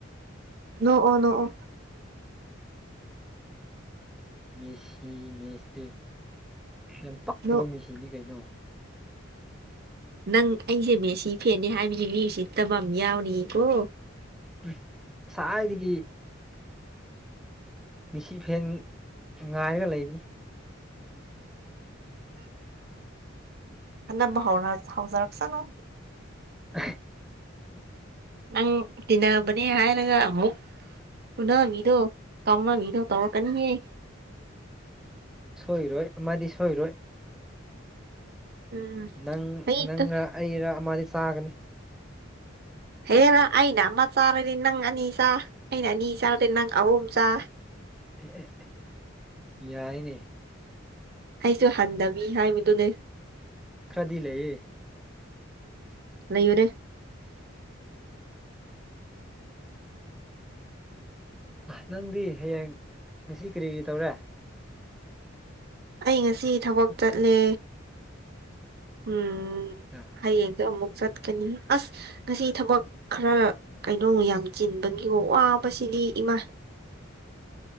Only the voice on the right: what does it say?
ꯅꯣꯑꯣ ꯅꯣꯑꯣ
ꯅꯣꯛ
ꯅꯪ ꯑꯩꯁꯦ ꯃꯦꯁꯤ ꯐꯦꯅꯤ ꯍꯥꯏꯕꯁ ꯃꯤꯁꯤ ꯇꯕ ꯑꯃ ꯌꯥꯎꯔꯤꯉꯀꯣ
ꯅꯝꯕ ꯍꯧꯔ ꯍꯧꯖꯥꯔꯛꯁꯅꯣ
ꯅꯪ ꯇꯤꯟꯅꯕꯅꯤ ꯍꯥꯏꯔꯒ ꯑꯃꯨꯛ ꯄꯨꯅ ꯃꯤꯗꯣ ꯀꯝꯅ ꯃꯤꯗꯣ ꯇꯧꯔ ꯀꯅꯤꯉ
ꯎꯝ
ꯃꯤꯠꯇꯨ
ꯍꯦꯔ ꯑꯩꯅꯃ ꯆꯥꯔꯗꯤ ꯅꯪ ꯑꯅꯤ ꯆꯥ ꯑꯩꯅꯅꯤꯖꯗꯦ ꯅꯪ ꯑꯍꯕꯖ
ꯑꯩꯁꯨ ꯍꯟꯗꯕꯤ ꯍꯥꯏꯕꯗꯨꯅꯦ
ꯅ ꯌꯔꯦ
ꯑꯩ ꯉꯁꯤ ꯊꯕꯛ ꯆꯠꯂꯦ ꯎꯝ
ꯍꯥꯏ ꯌꯦꯡꯖ ꯃꯨꯛ ꯆꯠ ꯀꯅꯤ ꯑꯁ ꯉꯁꯤ ꯊꯕꯛ ꯈꯔ ꯀꯩꯅꯣ ꯌꯥꯝ ꯆꯤꯟꯕꯒꯤ ꯋꯥꯕꯁꯤꯗꯤ ꯏꯃꯥ